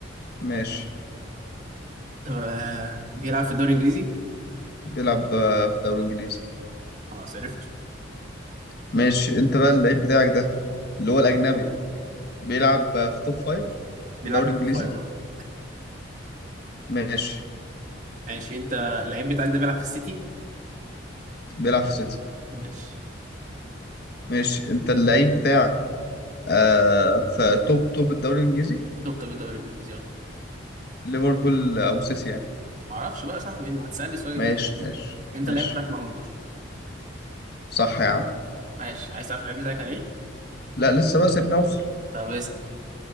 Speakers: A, on the left (about 55°); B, on the right (about 40°).
A: ماشي
B: طب، آه، بيلعب في الدوري الانجليزي
A: بيلعب آه، في الدوري الانجليزي
B: خلاص عرفته
A: ماشي انت بقى اللعيب بتاعك ده اللي هو الاجنبي بيلعب في توب فايف في
B: بيلعب
A: الدوري
B: في التوب
A: الانجليزي
B: فايف برضه.
A: ماشي
B: ماشي انت اللعيب بتاعك ده بيلعب في السيتي
A: بيلعب في سيتي
B: ماشي
A: ماشي انت اللعيب بتاعك آه في توب توب الدوري الانجليزي
B: توب توب الدوري الانجليزي اه
A: ليفربول او سيتي يعني
B: ما اعرفش بقى يا صاحبي انت ما تسالني السؤال الجاي
A: ماشي ماشي
B: انت
A: ماشي
B: اللعيب بتاعك مرموش
A: صح يا عم
B: ماشي عايز تعرف اللعيب بتاعك كان ايه
A: لا لسه بقى سيبني اوصل
B: طب اسال